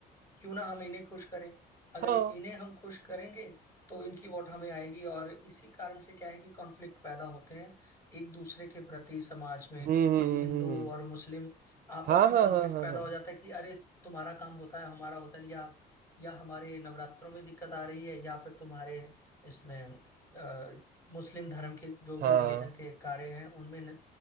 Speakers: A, on the left; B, on the right.
A: क्यों ना हम इन्हें खुश करें अगर
B: हाँ
A: इन्हें हम खुश करेंगे तो इनकी वोट हमें आएगी और इसी कारण से क्या है कि कॉन्फ्लिक्ट पैदा होते हैं एक दूसरे के प्रति समाज में
B: हम्म
A: को- कोई
B: हम्म हम्म
A: हिंदू
B: हम्म हम्म।
A: और मुस्लिम आपस
B: हाँ
A: में
B: हाँ
A: कॉन्फ्लिक्ट
B: हाँ हाँ
A: पैदा
B: हाँ
A: हो जाता है कि अरे तुम्हारा काम होता है हमारा होता नहीं या या हमारे नवरात्रों में दिक्कत आ रही है या फिर तुम्हारे इसमें अ, मुस्लिम धर्म के जो
B: हाँ
A: भी रिलीजन के कार्य हैं उनमें न,